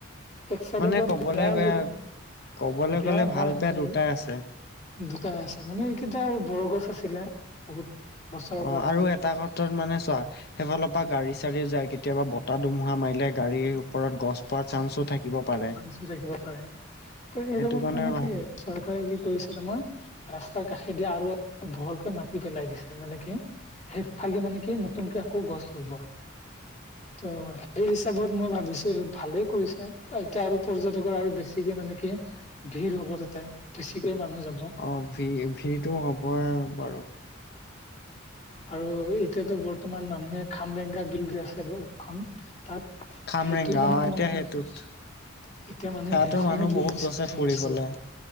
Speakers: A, on the left; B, on the left.
A: এক চাইডৰ
B: মানে
A: পৰা
B: কবলে বেয়া
A: যদি
B: কবলে
A: বেয়া
B: গ'লে
A: হয়
B: ভাল
A: মানে
B: বেয়া দুটাই আছে
A: দুটাই আছে মানে এইকেইটা আৰু বৰগছ আছিলে বহুত বছৰৰ
B: অঁ
A: পৰা আছিলে
B: আৰু এটা কটত মানে চোৱা সেইফালৰ পা গাড়ী চাৰি যায় কেতিয়াবা বতাহ ধুমুহা মাৰিলে গাড়ীৰ ওপৰত গছ পৰা চান্সো থাকিব পাৰে
A: চান্সু থাকিব পাৰে ত সেইকানে
B: সেইটো কাৰণে ভাল
A: কি চৰকাৰে কি কৰিছে তোমাৰ ৰাস্তাৰ কাষেদি আৰু ভৰকৈ মাতি পেলাই দিছে মানে কি সেইফালে মানে কি টোনকে আকৌ গছ ৰুব ত' সেই হিচাপত মই ভাবিছো ভালেই কৰিছে এতিয়া আৰু পৰ্যটকৰ আৰু বেছিকে মানে কি ভিৰ হব তাতে বেছিকে মানুহ যাব
B: অঁ ভি ভিৰটো হ'বই বাৰু
A: আৰু এতিয়াতো বৰ্তমান মানুহে খাম বেংগা বিল যে আছে এখন তাত
B: খামৰেংগা
A: সেইটো মানে
B: অ এতিয়া
A: মানে
B: সেইটোত
A: এতিয়া মানুহ
B: সেয়াতো
A: সেইখনত
B: বহুত গৈছে
A: ফেমাছ
B: ফুৰিবলে